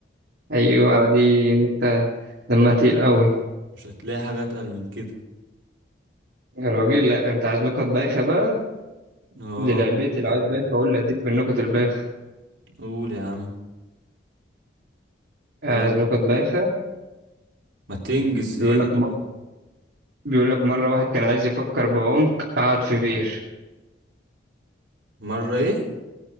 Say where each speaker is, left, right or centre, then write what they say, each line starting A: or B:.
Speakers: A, on the right; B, on the right.
A: ايوه على دي نكتة دمها تقيل قوي
B: <laughs> مش هتلاقي حاجة أتقل من كده
A: يا راجل لا انت عايز نكت بايخة بقى
B: اه
A: دي لعبتي
B: قول
A: لو
B: يا
A: عايز
B: عم
A: بايخة اقول لك اديك في النكت البايخة
B: قول يا عم
A: عايز
B: يا
A: نكت بايخة
B: ما تنجز
A: بيقول
B: ايه اللي
A: لك م...
B: بنقول
A: بيقول لك مرة واحد كان عايز يفكر بعمق قعد في بير
B: مرة ايه